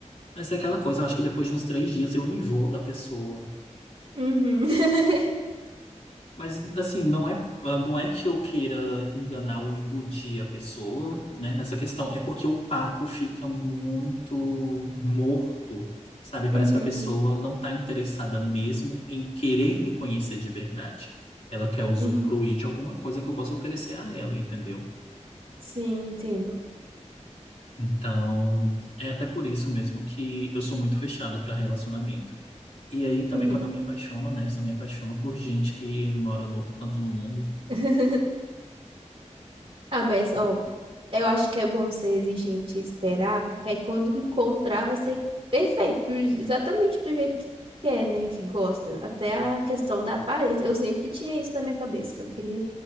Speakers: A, on the left (about 65°); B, on the right (about 50°).
A: Mas é aquela coisa, eu acho que depois de uns três dias eu enjoo da pessoa.
B: Uhum. <laughs>
A: Mas assim, não é, não é que eu queira enganar ou iludir a pessoa, né, nessa questão, é porque o papo fica muito morto, sabe? Parece
B: Uhum.
A: que a pessoa não está interessada mesmo em querer me conhecer de verdade. Ela quer usufruir
B: Uhum.
A: de alguma coisa que eu possa oferecer a ela, entendeu?
B: Sim, entendo.
A: Então, é até por isso mesmo que eu sou muito fechado para relacionamento. E aí também
B: Uhum.
A: quando eu me apaixono, né, eu só me apaixono por gente que mora no outro canto do mundo.
B: <laughs> Ah, mas, ó, Eu acho que é bom ser exigente e esperar, porque aí quando encontrar vai ser perfeito, do- exatamente do jeito que quer, né? Que gosta. Até a questão da aparência. Eu sempre tinha isso na minha cabeça, que eu queria